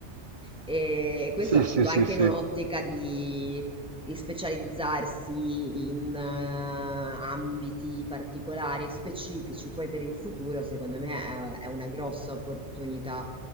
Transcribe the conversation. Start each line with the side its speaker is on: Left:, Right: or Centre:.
Centre: E questo
Right: sì,
Centre: appunto
Right: sì, sì,
Centre: anche
Right: sì,
Centre: in un'ottica di, di specializzarsi in eh, ambiti particolari e specifici, poi per il futuro, secondo me è, è una grossa opportunità.